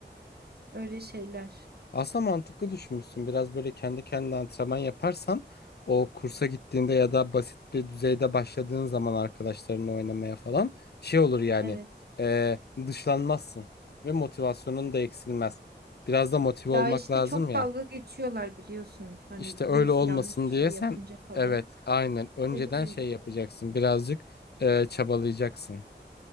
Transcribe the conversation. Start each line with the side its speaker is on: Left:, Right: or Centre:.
Right: Öyle şeyler.
Left: Aslında mantıklı düşünmüşsün. Biraz böyle kendi kendine antrenman yaparsan o kursa gittiğinde ya da basit bir düzeyde başladığın zaman arkadaşlarınla oynamaya falan şey olur yani
Right: Evet.
Left: e, dışlanmazsın ve motivasyonun da eksilmez. Biraz da motive
Right: Ya
Left: olmak
Right: işte
Left: lazım
Right: çok
Left: ya.
Right: dalga geçiyorlar biliyorsun. Hani
Left: İşte öyle
Right: birisi
Left: olmasın
Right: yanlış bir şey
Left: diye sen
Right: yapınca falan.
Left: evet aynen önceden
Right: Ne bileyim
Left: şey yapacaksın birazcık e, çabalayacaksın.